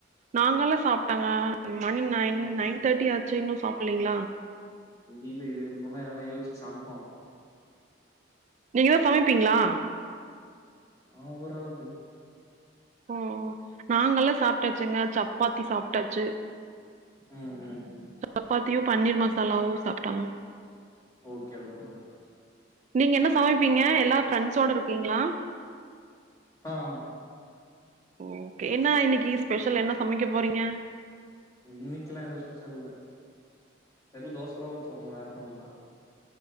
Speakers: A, on the right; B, on the left.
A: நாங்களா சாப்டங்க மணி நைன்
B: ம்
A: நைன் தெர்ட்டி ஆச்சு இன்னு சாப்புல்லீங்ளா
B: இல்ல இது இவ தொனையாதா யோஸ்ச்சு சமைப்போ
A: நீங்கதா சமைப்பீங்ளா
B: ஆ ஓர் அளவுக்கு
A: ஓ நாங்கல்லா சாப்டாச்சுங்க சப்பாத்தி சாப்டாச்சு
B: ம் ம் ம்
A: சப்பாத்தியு பன்னீர் மசாலாவு சாப்டாங்க
B: ஓகே ஓகே ஓகே
A: நீங்க என்ன சமைப்பீங்க எல்லா பிரெண்ட்ஸோட இருக்கீங்ளா
B: ஆ ஆமா
A: ஓகே என்ன இன்னிக்கு
B: ம்
A: ஸ்பெஷல் என்ன சமைக்க போறீங்க
B: இன்னிக்குலா எதுவு ஸ்பெஷல் இல்ல வெறு தோசதா உத்துவோ வேற என்னா பண்ணுவோ